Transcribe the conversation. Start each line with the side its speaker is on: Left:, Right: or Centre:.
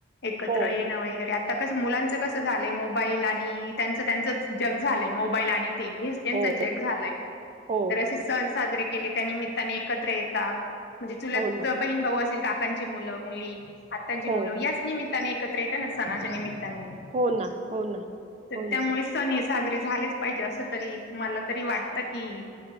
Left: एकत्र
Right: हो
Left: येणं वगैरे. कस मुलांच कसं झालंय मोबाईल आणि त्यांच त्यांचच जग झालंय मोबाईल आणि हे त्यांचा
Right: हो
Left: जग झालंय
Right: हो
Left: तर अशी स साजरे केले त्या निमित्ताने एकत्र येतात. म्हणजे चुलत
Right: हो ना
Left: बहीण भाऊ असेल का काकांची मुलं मुली आत्तांची
Right: हो
Left: मुलं याच निमित्ताने एकत्र येत ना सणाच्या निमित्ताने ताने
Right: हो ना हो ना
Left: तर
Right: हो ना
Left: त्यामुळे सन साजरे झालेच पाहिजे असं तरी मला तरी वाटतं कि.